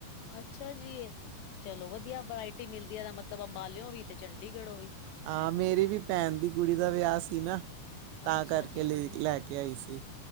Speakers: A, on the left (about 75°); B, on the right (about 85°).
A: ਅੱਛਾ ਜੀ ਚਲੋ ਵਧੀਆ ਵਰਾਇਟੀ ਮਿਲਦੀ ਹੈ ਮਤਲਬ ਅੰਬਾਲਿਓ ਵੀ ਤੇ ਚੰਡੀਗੜ੍ਹੋਂ ਵੀ।
B: ਹਾਂ ਮੇਰੀ ਵੀ ਭੈਣ ਦੀ ਕੁੜੀ ਦਾ ਵਿਆਹ ਸੀ ਨਾ, ਤਾਂ
A: ਅੱਛਾ
B: ਕਰਕੇ
A: ਜੀ,
B: ਲੈ ਲੈ ਕੇ ਆਈ ਸੀ।